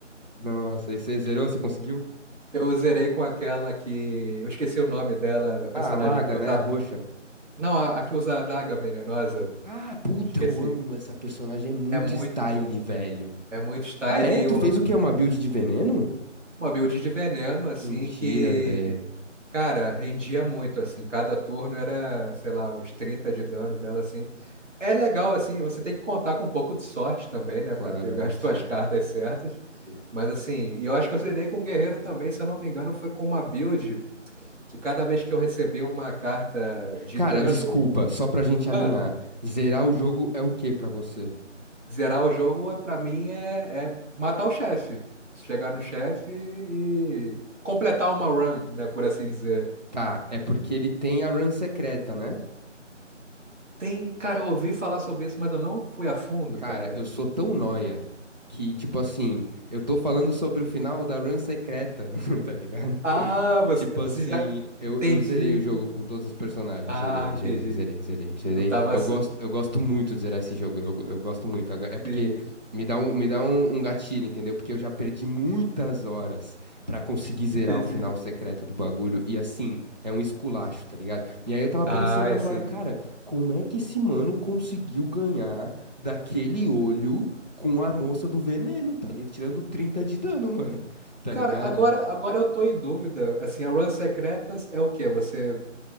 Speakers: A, on the right (about 35°); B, on the right (about 75°).
A: Nossa, e você zerou? Você conseguiu?
B: Eu zerei com aquela que. Eu esqueci o nome dela, a personagem
A: Ah, a maga,
B: que usa.
A: né? A roxa.
B: Não, a, a que usa a adaga venenosa.
A: Ah, puta,
B: Eu esqueci.
A: eu amo essa personagem, é muito
B: É muito.
A: style, velho.
B: É muito style
A: Ah, é?
B: e
A: Tu
B: eu
A: fez
B: lan-
A: o quê? Uma build de veneno?
B: uma build de veneno, assim,
A: Mentira,
B: que,
A: velho.
B: cara, rendia muito, assim. Cada turno era, sei lá, uns 30 de dano dela, assim. é legal, assim, você tem que contar com um pouco de sorte também, né,
A: Claro,
B: para ter
A: é,
B: as
A: sim,
B: tuas cartas certas.
A: sim.
B: Mas assim, e eu acho que eu zerei com o Guerreiro também, se eu não me engano, foi com uma build que cada vez que eu recebi uma carta de
A: Cara,
B: dano,
A: desculpa, só pra gente alinhar.
B: ah,
A: Zerar o jogo é o quê pra você?
B: zerar o jogo é para mim é, é matar o chefe, chegar no chefe e completar uma run, né, por assim dizer.
A: Tá, é porque ele tem a run secreta, né?
B: Tem, cara, eu ouvi falar sobre isso, mas eu não fui a fundo,
A: Cara,
B: cara.
A: eu sou tão nóia que, tipo assim, eu tô falando sobre o final da run secreta, <laughs> tá ligado?
B: Ah,
A: <laughs>
B: você,
A: Tipo
B: você
A: assim,
B: já
A: eu,
B: entendi.
A: eu zerei o jogo com todos os personagens.
B: Ah,
A: Zerei,
B: entendi.
A: zerei, zerei, zerei, zerei.
B: Eu tava,
A: Eu gosto, eu gosto muito de zerar esse jogo. Eu, eu gosto muito. Aga- É porque
B: Sim, sim.
A: me dá um, me dá um, um gatilho, entendeu? Porque eu já perdi muitas horas pra conseguir zerar
B: entendi.
A: o final secreto do bagulho. E assim, é um esculacho, tá ligado? E aí eu tava
B: Ah,
A: pensando
B: é
A: agora,
B: sim.
A: cara, como é que esse mano conseguiu ganhar? daquele olho com a moça do veneno, tá ali tirando 30 de dano, mano. Tá
B: Cara,
A: ligado?
B: agora, agora eu tô em dúvida. Assim, a run secretas é o quê? Você,